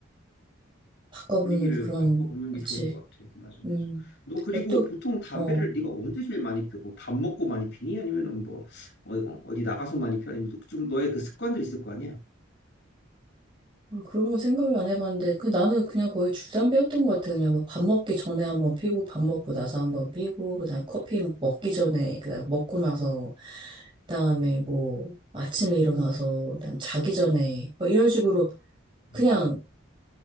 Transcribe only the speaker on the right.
바꿔보는
그런,
그치,
음.
뭐 또,
어,
아, 그런 거 생각을 안 해봤는데, 그 나는 그냥 거의 줄담배였던 것 같아요. 그냥 막 밥 먹기 전에 한번 피고, 밥 먹고 나서 한번 피고, 그다음 커피 먹기 전에, 그다음 먹고 나서, 그다음에 뭐 아침에 일어나서, 그다음 자기 전에, 뭐 이런 식으로
그냥